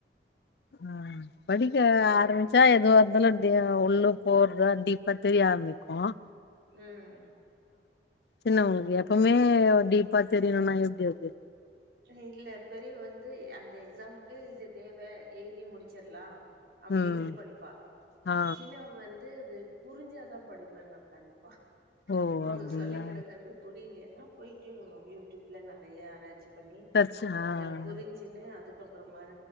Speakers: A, on the left; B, on the right.
A: ஆஹ் படிக்க
B: இவ
A: ஆரம்பிச்சா எதுவாருந்தாலு து உள்ள போறதா டீப்பா தெரிய ஆரம்பிக்கு <inaudible>
B: ம்
A: சின்னவங்களுக்கு எப்பமே
B: அ
A: ஒ டீப்பா தெரியணுனா எப்டி அது
B: இ இல்ல பெரியவ வந்து அந்த எக்ஸாமுக்கு இது தேவ எழுதி முடிச்சர்லா அப்டின்ட்டு
A: ம்
B: படிப்பா
A: ஆ
B: சின்னவ வந்து அது புரிஞ்சாதா படிப்பேனு உக்கானுப்பா
A: ஓ
B: அவுங்க
A: அப்டிங்களா
B: சொல்லி குடுக்கறது புரில னா போய்ட்டு யூடியூப்ல நறைய ஆராய்ச்சி பண்ணி
A: சர்ச் ஆ
B: அத புரிஞ்சின்னு அதுக்கப் ப்றமாத